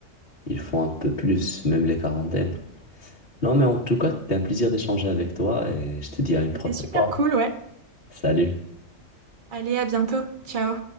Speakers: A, on the left; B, on the right.
A: Ils font un peu plus, même les quarantaines. Non, mais en tout
B: Ouais.
A: cas, c'était un plaisir d'échanger avec toi et je te dis à une
B: C'était
A: prochaine
B: super
A: fois.
B: cool, ouais.
A: Salut.
B: Allez, à bientôt. Ciao.